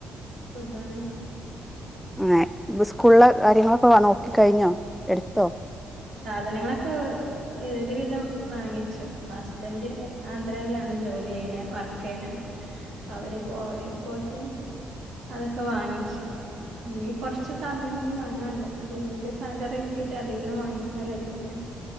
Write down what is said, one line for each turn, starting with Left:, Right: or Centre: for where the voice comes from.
Right: സുഖാണ്
Centre: ഏഹ് സ്കൂളിലെ കാര്യങ്ങളൊക്കെ നോക്കി കഴിഞ്ഞോ എടുത്തോ
Right: സാധനങ്ങളൊക്കെ ഏഹ് ഒരു വിധം വാങ്ങിച്ചു ഹസ്ബൻഡ് ആന്ധ്രയിലാണ് ജോലി ചെയ്യണ വർക്ക് ചെയ്യണേ അവര്പ്പോ എപ്പോത്തെ അതൊക്കെ വാങ്ങിച്ചു ഇനി കൊറച്ച് സാധനം കൂടി വാങ്ങാണ്ട് അത് ഇന്റെ സാലറി കിട്ടീട്ട് അതിന്ന് വാങ്ങിക്കാ കര്തിട്ട്